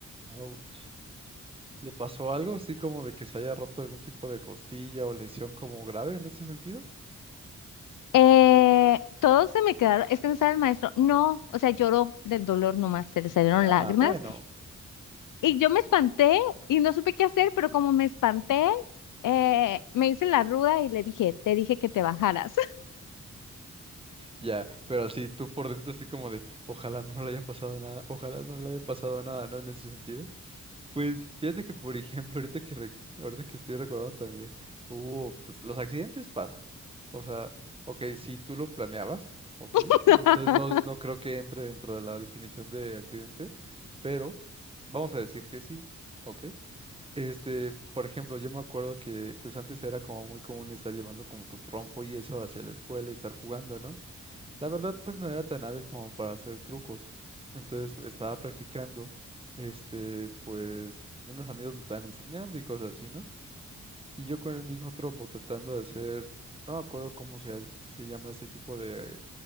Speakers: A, on the right; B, on the left.
A: Ouch. ¿Le pasó algo así como de que se haya roto algún tipo de costilla o lesión como grave en ese sentido?
B: Eh, todos se me quedaron, es que me sabe el maestro, no, o sea, lloró del dolor nomás, se le salieron lágrimas
A: Ah, bueno,
B: y yo me espanté y no supe qué hacer, pero como me espanté, eh, me hice la ruda y le dije, te dije que te bajaras.
A: ya, pero así tú por dentro así como de, ojalá no le haya pasado nada, ojalá no le haya pasado nada, ¿no? En ese sentido. Pues fíjate que, por ejemplo, ahorita que, re- ahorita que estoy recordando también, hubo, pues los accidentes pasan. O sea, ok, si tú lo planeabas, ok,
B: <laughs>
A: entonces no, no creo que entre dentro de la definición de accidente, pero vamos a decir que sí, ok. Este, por ejemplo, yo me acuerdo que pues antes era como muy común estar llevando como tu trompo y eso hacia la escuela y estar jugando, ¿no? La verdad, pues no era tan hábil como para hacer trucos. Entonces estaba practicando, este, pues unos amigos me estaban enseñando y cosas así, ¿no? Y yo con el mismo trompo tratando de hacer, no me acuerdo cómo se, hace- se llama este tipo de,